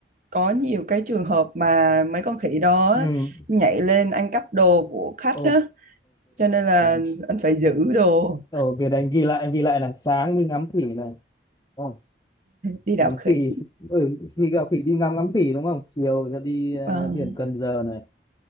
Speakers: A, on the right; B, on the left.
A: có nhiều cái trường hợp mà mấy con khỉ đó
B: ừ
A: nhảy lên ăn cắp đồ của khách
B: ok
A: đó cho nên là
B: ok
A: anh phải giữ đồ
B: Ồ, cái đấy anh ghi lại, anh ghi lại là sáng đi ngắm khỉ này. Ồ,
A: đi đảo
B: ngắm
A: khỉ
B: khỉ, ừ, khi gặp khỉ đi ngắm ngắm khỉ đúng không? Chiều ra đi
A: Vâng.
B: ờ, biển Cần Giờ này,